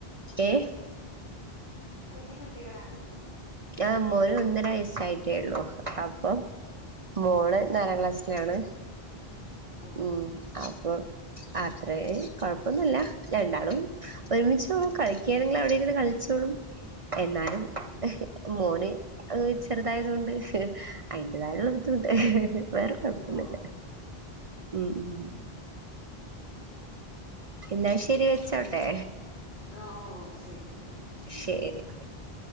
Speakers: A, on the right; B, on the left.
A: ഏ.
B: കുഞ്ഞു കുട്ടികളാണോ?
A: ആ മോന് ഒന്നര വയസ്സായിട്ടേള്ളു അപ്പൊ
B: ഓ
A: മോള് നാലാം ക്ലാസ്സിലാണ്
B: ഓ ഓ
A: ഉ അപ്പം. അത്രേ കൊഴപ്പൊന്നുമല്ല രണ്ടാളും
B: ആഹ്
A: ഒരുമിച് കളി ണെങ്കിൽ അവിടെ ഇരുന്ന് കളിച്ചോളും എന്നാലും.
B: ആഹ്
A: മോന് ചെറുതായതോ ണ്ട് അയിന്റതായുള്ള ബുദ്ധിമുട്ട്. വേറെ കുഴപ്പൊന്നുല്ല.
B: ഓ ഓ
A: ഉം ഉ എന്നാൽ ശരി വെച്ചോട്ടെ.
B: ആ ഓ ശരി ശരി.
A: ശരി.